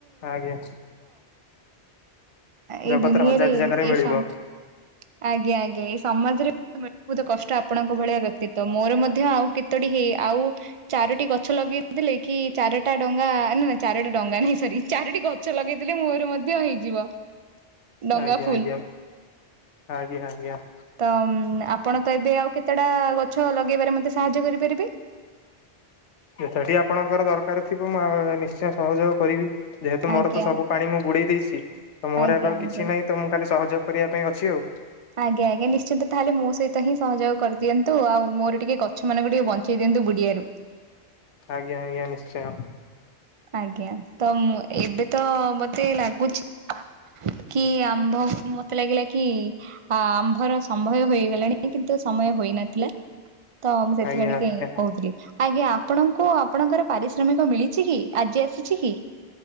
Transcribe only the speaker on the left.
ଆଜ୍ଞା
ଜଗତର
ହଜାରଟି ଜାଗାରେ
ମିଳିବ।
ଆଜ୍ଞା
-ଆଜ୍ଞା -ଆଜ୍ଞା -ଆଜ୍ଞା।
ଯେତଟି ଆପଣଙ୍କର ଦରକାର ଥିବ ମୁଁ ନି ନିଶ୍ଚୟ ସହଯୋଗ କରିବି ଯେହେତୁ ମୋର
ତ ସବୁ ପାଣି ମୁଁ ବୁଡେଇ ଦେଇଚି। ତ ମୋର
ଏବେ ଆଉ
କିଛି ନାହିଁ ତ ମୁଁ ଖାଲି ସହଯୋଗ କରିବା ପାଇଁ ଅଛି ଆଉ।
ଆଜ୍ଞା ଆଜ୍ଞା ନିଶ୍ଚୟ।
ଆଜ୍ଞା ଆଜ୍ଞା